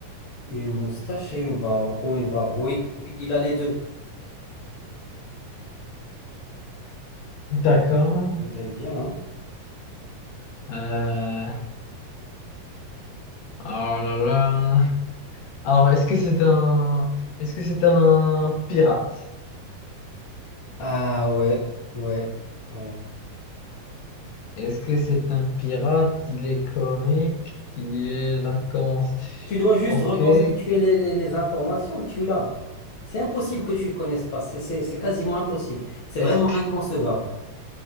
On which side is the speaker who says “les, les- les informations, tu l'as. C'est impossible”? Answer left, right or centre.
Left